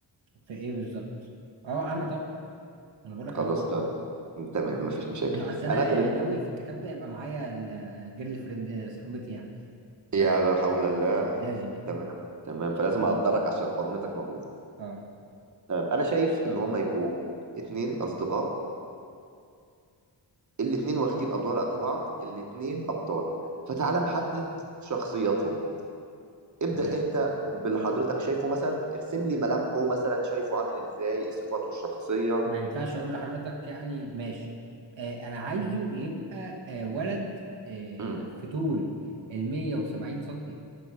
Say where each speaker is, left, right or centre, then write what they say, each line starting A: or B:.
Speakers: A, on the right; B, on the right.
A: في ايه بالظبط اه انا طب انا بقول لك
B: خلاص
A: انا فوقك
B: ده تمام مفيش مشاكل
A: لا، اصل انا
B: انا كانت
A: آه، ناوي في الكتاب ده يبقى معايا الجيرل فريند آه، صاحبتي يعني
B: يا
A: فلازم
B: لا حول الله
A: يعني
B: تمام تمام فلازم اقدرك عشان حرمتك موجوده
A: اه
B: تمام انا شايف ان هم يبقوا اتنين اصدقاء الاتنين واخدين ادوار قد بعض الاتنين ابطال فتعال نحدد شخصياتهم ابدأ
A: تمام
B: انت بال- باللي حضرتك شايفه مثلا ارسم لي ملامحه مثلا شايفه عامل ازاي ايه صفاته الشخصيه
A: ما ينفعش اقول لحضرتك يعني ماشي آه انا عايزه يبقى آه ولد آه
B: امم
A: في طول ال 170 سنتي